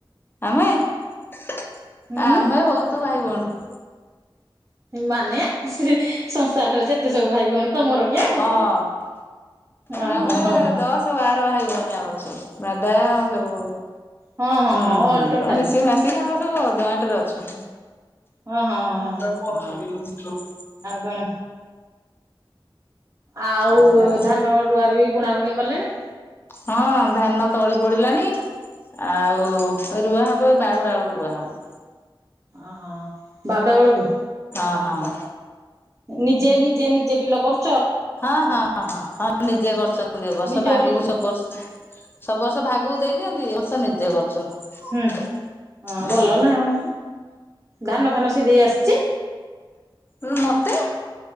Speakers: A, on the left; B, on the right.
A: ଆମେ <inaudible>
B: ହୁଁ
A: ଆମେ ବହୁତୁ ଭାଇ ଭଉଣି। <inaudible>
B: ମାନେ ସ୍ରି ସଂସାରର ଯେତେ ସବୁ ଭାଇ ଭଉଣୀ ତମର କି ଆଉ।
A: ହଁ।
B: ଓହୋ
A: ଆମର
B: ହୋ ହୋ
A: ଦଶ ବାର ଭାଇ ଭଉଣୀ ଆମର। ସବୁ ଦାଦା ସବୁ
B: ହଁ ହଁ
A: ହୁଁ
B: ହଁ ଅଲ
A: ହୁଁ
B: ଟୋଟାଲି
A: ସବୁ ମିଶି ମାଶିକି ଆମର ସବୁ ଜଏଣ୍ଟରେ ଅଛୁ।
B: ଓ ହୋ ।
A: <inaudible>
B: କଣ ଆଉ
A: ଏଇଆ ଆଉ।
B: ଧାନ ରୁଆ ରୁଇ ବୁଣାବୁଣି କଲେଣି?
A: ହଁ ଧାନ ତଳି ପଡିଲାଣି ଆଉ ରୁଆ ହବ। ବାହୁଡ଼ା ବେଳକୁ ରୁଆ ହବ।
B: ଓହୋ ବାହୁଡା ବେଳକୁ।
A: ହଁ ହଁ।
B: ନିଜେ ନିଜେ ନିଜେ ବିଲ କରୁ
A: ହଁ ହଁଁ ହଁ ହଁ ନିଜେ କରଛନ୍ତି ଏବର୍ଷ
B: ନିଜ
A: ଭାଗକୁ
B: ବିଲ
A: ସବୁ ବର୍ଷ ସବୁ ବର୍ଷ ଭାଗକୁ ଦେଇ ଦିଅନ୍ତି ଏବର୍ଷ ନିଜେ କରୁଛନ୍ତି।
B: ହୁଁ ହଁ
A: ହୁଁ।
B: ଭଲ ନା ଆଉ ଧାନ ଫାନ ସିଝେଇ ଆସିଚି?
A: ଉଁ ମତେ